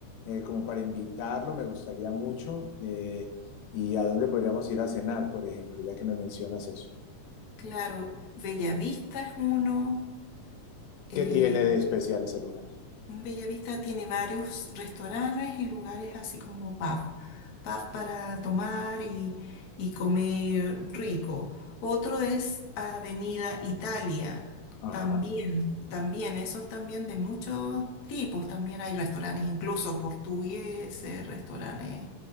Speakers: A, on the left; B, on the left.
A: Eh, como para invitarlo, me gustaría mucho. eh, ¿y a dónde podríamos ir a cenar, por ejemplo, ya que me mencionas eso?
B: Claro, Bellavista es uno. eh,
A: ¿Qué tiene de especial ese lugar?
B: Bellavista tiene varios restaurantes y lugares así como pub, pub para tomar y, y comer rico. Otro es Avenida Italia,
A: Ajá,
B: también, también, esos también de muchos tipos, también hay restaurantes, incluso portugueses, restaurantes